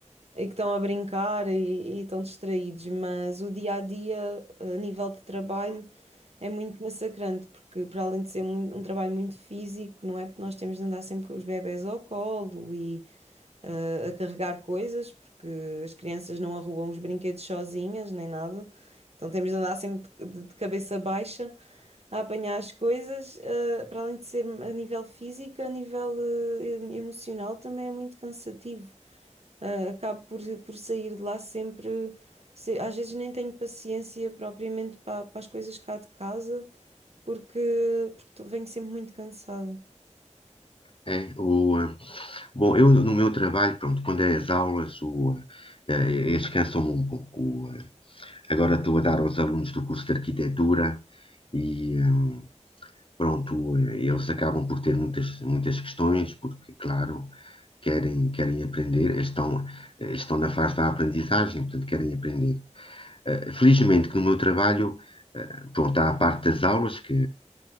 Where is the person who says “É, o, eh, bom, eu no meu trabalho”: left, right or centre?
Left